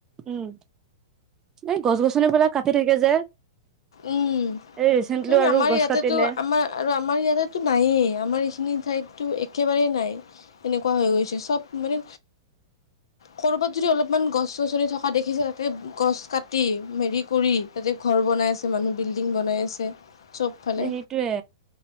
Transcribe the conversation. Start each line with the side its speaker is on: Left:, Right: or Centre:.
Right: উম, এই গছ গছনিবিলাক কাটি থাকে যে।
Left: উম,
Right: এই ৰিচেন্টলি
Left: উম
Right: আৰু
Left: আমাৰ
Right: গছ
Left: ইয়াতেতো
Right: কাটিলে
Left: আমাৰ আৰু আমাৰ ইয়াতেতো নাইয়ে আমাৰ এইখিনি ঠাইততো একেবাৰেই নাই। তেনেকুৱা হৈ গৈছে চব মানে ক'ৰবাত যদি অলপমান গছ গছনি থকা দেখিছে তাতে গছ কাটি হেৰি কৰি, তাতে ঘৰ বনাই আছে মানুহ বিল্ডিং বনাই আছে। চবফালে
Right: এ সেইটোয়ে।